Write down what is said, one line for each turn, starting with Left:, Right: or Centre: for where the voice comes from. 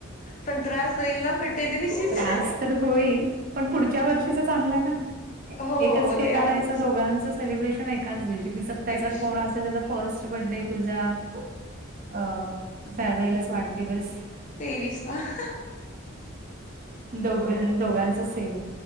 Left: पण त्रास होईल ना बड्डे दिवशीच.
Right: त्रास तर होईल, पण पुढच्या वर्षीच चांगलं हाय ना.
Left: हो
Right: एकच केक
Left: ते आहेच
Right: आणायचा दोघांचं सेलिब्रेशन एकाच दिवशी, कस त्याचा
Left: दिवशी
Right: कोण असेल त्याचा फस्ट बड्डे तुझा अ त्या्वेलाच वाढदिवस
Left: तेवीसवा <inaudible>
Right: दोघजन दोघांच सेम.